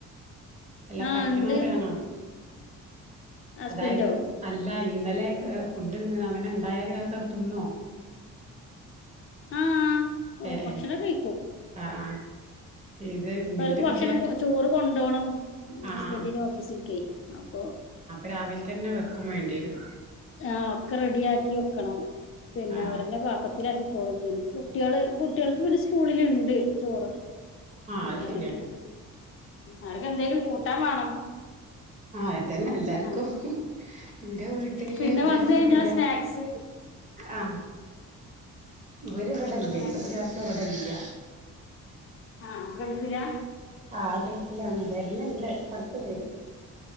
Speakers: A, on the right; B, on the left.
A: എല്ലാം
B: ആഹ്
A: പറ്റ്ണോരാണ
B: ഉണ്ട് ഹസ്ബൻഡോ
A: അതായത് അല്ല ഇന്നലെ ഫുഡ്ന്ന് അങ്ങനെ ഇണ്ടായാല് അഒക്കെ തിന്നോ
B: ആഹ് ഓ
A: ഏ
B: ഭക്ഷണംക്കെ
A: ഏ
B: കയിക്കും
A: ആ ആ ഇത് മിന്റെ
B: അവര്ക്ക് ഭക്ഷണം
A: പുതിയ
B: കൊ ചോറ് കൊണ്ടോണം
A: ആ
B: ഹസ്ബന്റിന്
A: ആ
B: ഓഫീസ്ക്കെ അപ്പോ
A: രാവിൽതന്നെ വെക്കും വേണ്ടി വരും
B: ആഹ് ഒക്ക റെഡിയാക്കി വെക്കണം പിന്നെ
A: ആ
B: അവരന്നെ പാത്ര ത്തിലാക്കിക്കോളും പിന്നെ കുട്ടികള് കുട്ടികൾക്ക് പിന്നെ സ്കൂളില്ണ്ട് ചോറ്
A: ആ
B: കൂട്ടാനൊക്കട്ട്
A: അത് ശരിയാണ്
B: ആരക്കെന്തെലും കൂട്ടാൻ വേണം
A: ആയതെന്നെ എല്ലാർക്കും
B: ആ.
A: എന്റെ വീട്ടി ഇല്
B: പിന്നെ
A: ഇതേ
B: വന്നു
A: പോലെ
B: കഴിഞ്ഞാൽ
A: പുതിയ
B: സ്നാക്സ്
A: ആഹ് ഇവര് ഇവിടല്ല്യ
B: സ്നാക്സ്
A: ഇന്റെ പുതിയാപ്പള ഇവിടെ ഇല്ല
B: ആ ഗൾഫിലാ
A: ആഗസ്റ്റിലാണ് വരുന്നുണ്ട് പട്ത്ത് വരും